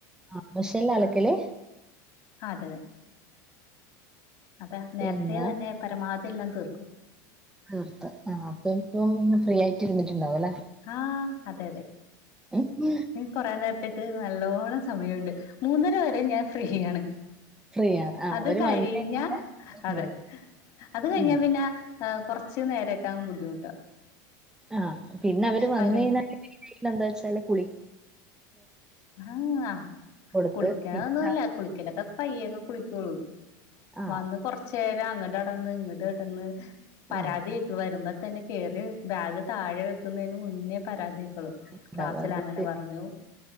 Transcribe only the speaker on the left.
അതെതെ അപ്പൊ നേരത്തെ
തന്നെ പരമാത് അതെല്ലാം തീർക്കും
ആഹ അതെ അതെ
കുറെ നേരത്തേക്ക് നല്ലോണം സമയമുണ്ട് മൂന്നര വരെ ഞാൻ ഫ്രീയാണ്
അത്
കഴിഞ്ഞ
അതെ
അത് കഴിഞ്ഞ
പിന്നെ ആ കുറച്ച് നേരൊക്കാങ് ബുദ്ധിമുട്ടാ
വരാൻ
ആഹ്
കുളിക്കണന്നുമല്ല
കുളിക്കലൊക്കെ പയ്യങ് കുളി തുള്
വന്ന് കൊറച്ചേരം അങ്ങ ങ് ഇങ്ങോട്ടടന്ന് പരാതിയേക്കു
വരുമ്പ തന്നെ കറി ബാഗ് താഴെ വെക്കുന്നതിന് മുന്നേ പരാതികളും
ക്ലാസ്സില
അങ്ങനെ പറഞ്ഞു